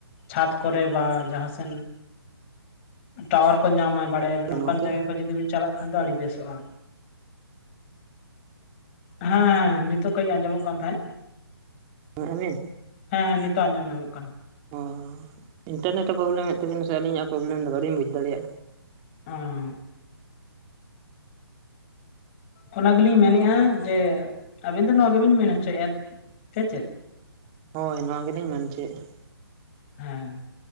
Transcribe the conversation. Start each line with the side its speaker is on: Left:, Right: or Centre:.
Left: ᱪᱷᱟᱸᱫᱽ ᱠᱚᱨᱮ ᱵᱟ ᱡᱟᱸᱦᱟ ᱥᱮᱱ ᱴᱟᱣᱟᱨ ᱠᱚ ᱧᱟᱢᱟ ᱵᱟᱲᱮ ᱟᱵᱤᱱ
Right: ᱜᱚᱢᱠᱮ
Left: ᱱᱚᱝᱠᱟᱱ ᱡᱟᱭᱜᱟ ᱡᱩᱫᱤ ᱵᱤᱱ ᱪᱟᱞᱟᱜ ᱠᱷᱟᱱ ᱫᱚ ᱟᱹᱰᱤ ᱵᱮᱥᱚᱜᱼᱟ ᱦᱮᱸ ᱦᱮᱸ ᱱᱤᱛᱚᱜ ᱠᱟᱹᱡ ᱟᱸᱡᱚᱢᱚᱜ ᱠᱟᱱ ᱛᱟᱦᱮᱸᱫ
Right: ᱦ ᱤᱧᱟᱢ
Left: ᱦᱮᱸ ᱦᱮᱸ ᱱᱤᱛᱚᱜ ᱟᱸᱡᱚᱢ ᱧᱟᱢᱚᱜ ᱠᱟᱱᱟ᱾
Right: <unintelligible> ᱤᱱᱴᱟᱨᱱᱮᱴ ᱮ ᱯᱚᱵᱞᱮᱢᱮᱫ ᱛᱟᱵᱤᱱᱟ ᱥᱮ ᱟᱹᱞᱤᱧᱟᱜ ᱮ ᱯᱚᱵᱞᱮᱢ ᱫᱟ, ᱵᱟᱹᱞᱤᱧ ᱵᱩᱡ ᱫᱟᱲᱮᱭᱟᱜ
Left: <unintelligible> ᱚᱱᱟ ᱜᱮᱞᱤᱧ ᱢᱮᱱᱮᱜ-ᱟ ᱡᱮ ᱟᱵᱤᱱ ᱫᱚ ᱱᱚᱣᱟ ᱜᱮᱵᱤᱱ ᱢᱮᱱ ᱦᱚᱪᱚᱭᱮᱫᱼᱟ ᱥᱮ ᱪᱮᱫ?
Right: ᱦᱳᱭ ᱱᱚᱣᱟ ᱜᱮᱞᱤᱧ ᱢᱮᱱ᱾ <unintelligible>
Left: ᱦᱮᱸ,